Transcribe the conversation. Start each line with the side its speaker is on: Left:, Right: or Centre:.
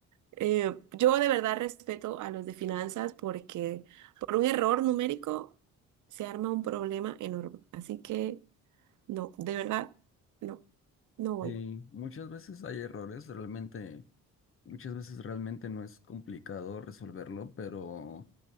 Right: Eh, yo de verdad respeto a los de finanzas porque por un error numérico se arma un problema enorme. Así que... No, de verdad, no, no voy.
Left: Sí, muchas veces hay errores, realmente, muchas veces realmente no es complicado resolverlo, pero